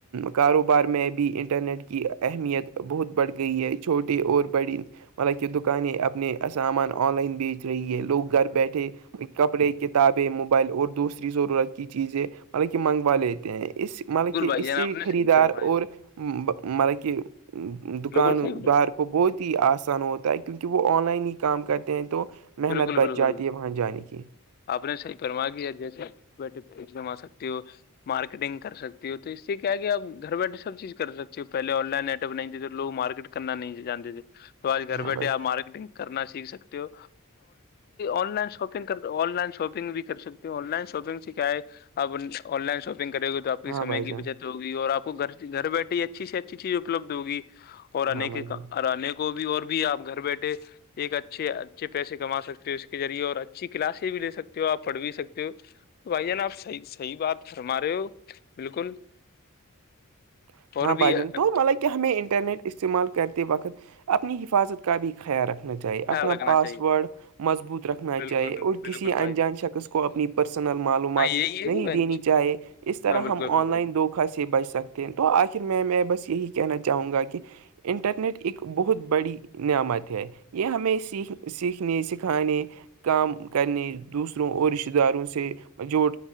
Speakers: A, on the right; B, on the left.
A: کاروبار میں بھی انٹرنیٹ کی اہمیت بہت بڑھ گئی ہے چھوٹے اور بڑی مطلب کہ دکانیں اپنے سامان آن لائن بیچ رہی ہے لوگ گھر بیٹھے کپڑے کتابیں موبائل اور دوسری ضرورت کی چیزیں مطلب کہ منگوا لیتے ہیں اس مطلب کہ
B: بھائی
A: اس
B: جان
A: سے
B: آپ نے
A: خریدار
B: صحیح فرمایا
A: اور مطلب کہ دکاندار
B: بالکل صحیح
A: بہت ہی آسان ہوتا ہے کیونکہ وہ آن لائن ہی کام کرتے ہیں تو محنت
B: بالکل
A: بچ
B: بالکل
A: جاتی ہے وہاں جانے کی
B: آپ نے صحیح فرما کیا جیسے بیٹھےما سکتی ہو مارکیٹنگ کر سکتی ہو تو اس سے کیا کیا آپ گھر بیٹھے سب چیز کر سکتے پہل آن لائن نیٹ ورک نہیں تھے تو لوگ مارکیٹ کرنا نہیں جانتے تھے تو آج گھر
A: ہاں
B: بیٹھے
A: بھائی
B: آپ مارکیٹنگ کرنا سیکھ سکتے ہو آن لائن شاپنگ کر آن لائن شاپنگ بھی کر سکتی ہوں آن لائن شاپنگ سے کیا ہے اب آن لائن شاپنگ کرے گی تو تو آپ کی
A: ہاں
B: سمے
A: بھائی
B: کی
A: جان
B: بچت ہوگی اور آپ کو گھر گھر بیٹھے ہی اچھی سے اچھی چیز اپلبدھ ہوگی اور
A: ہاں
B: آنے
A: بھائی
B: کے
A: جان
B: آنے کو بھی اور بھی آپ گھر بیٹھے ایک اچھے اچھے پیسے کما سکتے ہو اس کے ذریعے اور اچھی کلاسیں بھی دے سکتے ہو آپ پڑھ بھی سکتے ہو تو بھائی جان آپ صحیح صحی بات فرما رہے ہو بالکل
A: <inaudible>
B: اور
A: ہاں
B: بھی
A: بھائی جان
B: خیال
A: تو مطلب کہ ہمیں انٹرنیٹ استعمال کرتے وقت اپنی حفاظت کا بھی خیال رکھنا چاہیے اپنا
B: رکھنا
A: پاسورڈ
B: چاہیے
A: مضبوط رکھنا
B: بالکل
A: چاہیے اور کسی
B: بالکل بھائی
A: انجان شخص کو کو اپنی پرسنل معلومات
B: ہاں یہی ہے
A: نہیں
B: بہن
A: دینی
B: جی،
A: چاہے اس طرح
B: ہاں بالکل
A: ہم
B: بالکل
A: آن لائن دھوکھا سے بچ سکتے ہیں تو آخر میں میں بس یہی کہنا چاہوں گا کہ انٹرنیٹ ایکک بہت بڑی نعمت ہے یہ ہمیں سیکھ سیکھنے سکھانے کام کرنے دوسروں اور رشتتے داروں سے جوڑ